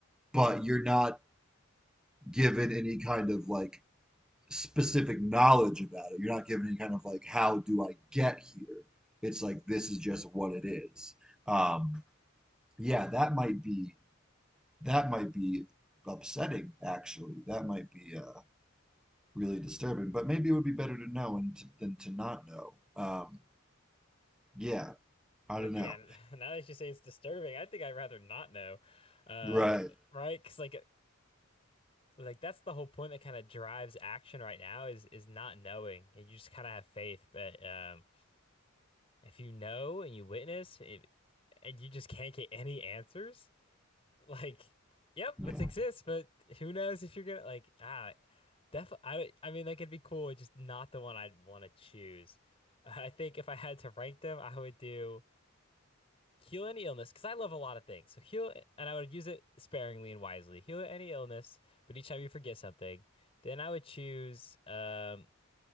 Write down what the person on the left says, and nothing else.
But
yeah,
<laughs> now that you say it's disturbing, I think I'd rather not know. Um,
right? 'Cause like like that's the whole point that kind of drives action right now is is not knowing. And you just kind of have faith, but um if you know and you witness it, and you just can't get any answers, like yep,
it exists, but who knows if you're gonna like ah def I would- I mean like it'd be cool, it's just not the one I'd want to choose. I think if I had to rank them, I would do heal any illness because I love a lot of things. So heal, and I would use it sparingly and wisely. Heal any illness, but each time you forget something, then I would choose um,